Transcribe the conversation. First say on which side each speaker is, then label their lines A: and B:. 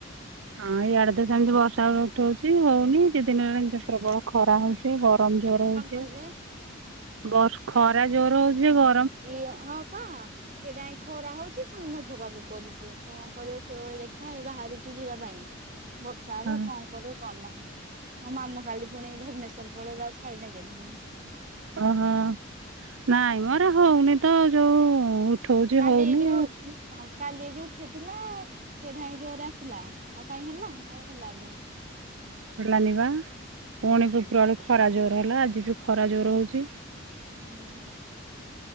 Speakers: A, on the right; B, on the right.
A: ହଁ ଏଇଆଡେ ତ ସେମିତି ବର୍ଷା ବେଳ ଉଠଉଛି ହଉନି ଦି ଦିନ ହେଲା ଏ ଯତ୍ର ବ ଖରା ହଉଛି। ଗରମ ଜୋର ହଉଛି
B: କଣ କହିଲେ
A: ବର୍ ଖରା ଜୋର ହଉଛି ଯେ ଗ
B: ଇଏ ହଁ ପା। କେଯାଏ ଖରା ହଉଛି ପୁଣି ମେଘ ପାଗ କରୁଛି କଣ କରିବ ଖରା ଭଳି ଦେଖିବା ଯାହା ବାଛି। ଯିବା ପାଇଁ ବର୍ଷା ହବ
A: ହଁ
B: କଣ କରିବ? କଣ ନାଁ ମୋ ମାମୁ କାଲି ପୁଣି ଭୁବନେଶ୍ଵର ପଳେଇ ଆଉ ଛାଡି ନେବେନି ପୁଣି।
A: ଓହୋ ନାଇଁ ମୋର ହଉନି ତ ଯୋଉ ଉଠଉଛି
B: କାଲି
A: ହଉନି
B: ଏଠ
A: ଆଉ
B: କାଲି ଏଠ ଉଠେଇଥିଲା କେ ନାଇ ଜୋରେ <unintelligible> ଆଉ କାଇହିଁ ହେଲା ଆଉ ହେଲାନି।
A: ଲାନିବା ପୁଣି କୁକୁଳି ଖରା ଜୋର ହେଲା ଆଜି ବି ଖରା ଜୋର ହଉଛି।
B: ହୁଁ।